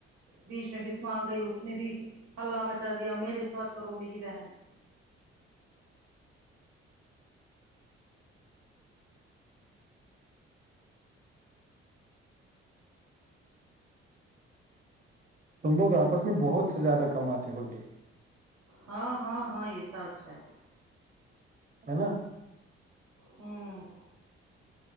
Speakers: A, on the right; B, on the right.
A: بیچ میں بسما آ گئی اس نے بھی ہلہ مچا دیا میرے ساتھ کرو میری بہن
B: تم لوگ آپس میں بہت سے زیادہ کماتتے ہو گے
A: ہاں ہاں ہاں یہ سچ ہے
B: ہے نا
A: ہوں